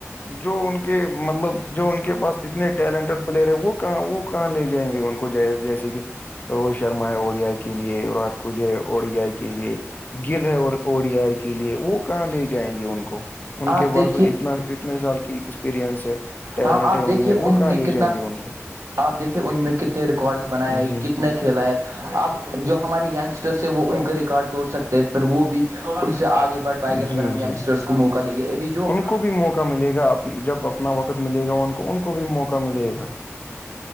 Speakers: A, on the left (about 35°); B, on the right (about 75°).
A: جو ان کے مطلب جو ان کے پاس اتنے ٹیلنٹیڈ پلیئر ہے وہ کہاں وہ کہاں لے جائیں گے ان کو ج جیسے کہ روہت شرما ہے او ڈی آئی کے لیے وراٹ کوہلی ہے او ڈی آئی کے لیے گل ہے اور او ڈی آئی کے لیے وہ کہاں لے جائیں گے ان کو ان کے
B: آپ دیکھیے
A: پاس تو اتنا اتنے سال کی ایکسپیرئنس ہے ٹیلنٹ
B: ہاں آپ
A: ہے
B: دیکھیے
A: ان میں
B: انہوں
A: وہ کہاں
B: نے
A: لے
B: کتنا
A: جائیں گے ان کو
B: آپ دیکھیے ان میں کتنے ریکارڈس بنائے
A: جی
B: کتنے کھیلا ہے اب جو ہمارے یینگسٹرس ہیں وہ ان کے ریکارڈ توڑ سکتے ہیں پھر وہ بھی ان سے آگے بڑھ پائے گے اگر
A: جی
B: ہم یگسٹرس
A: جی
B: کو موقع دیں گے ابھی جو
A: ان کو بھی موقع ملے گا آپ کو جب اپنا وقت ملے گا ان کو ان کو بھی موقع ملے گا